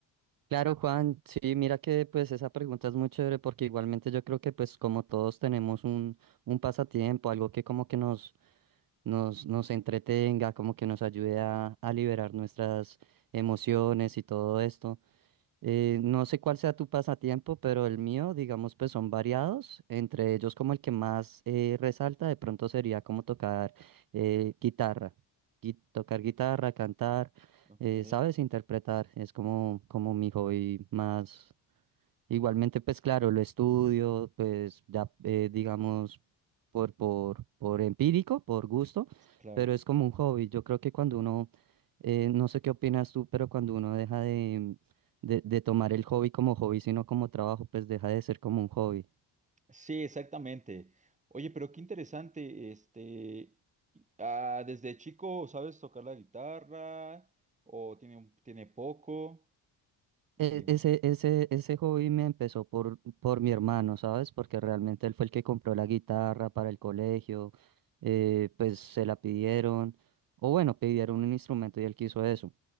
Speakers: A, on the right; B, on the right.
A: Claro, Juan, sí, mira que pues esa pregunta es muy chévere porque igualmente yo creo que pues como todos tenemos un, un pasatiempo, algo que como que nos, nos, nos entretenga, como que nos ayude a, a liberar nuestras emociones y todo esto. Eh, no sé cuál sea tu pasatiempo, pero el mío, digamos, pues son variados. Entre ellos, como el que más eh, resalta, de pronto sería como tocar eh, guitarra. Gui- tocar guitarra, cantar,
B: Ok,
A: eh, ¿sabes? Interpretar. Es como, como mi hobby más Igualmente, pues claro, lo estudio, pues ya eh, digamos por, por, por empírico, por gusto,
B: claro.
A: pero es como un hobby. Yo creo que cuando uno, eh, no sé qué opinas tú, pero cuando uno deja de, de, de tomar el hobby como hobby, sino como trabajo, pues deja de ser como un hobby.
B: Sí, exactamente. Oye, pero qué interesante, este, y- ah, desde chico, ¿sabes tocar la guitarra? ¿O tiene, un- tiene poco? Dime.
A: E- ese, ese, ese hobby me empezó por, por mi hermano, ¿sabes? Porque realmente él fue el que compró la guitarra para el colegio, eh, pues se la pidieron, o bueno, pidieron un instrumento y él quiso eso.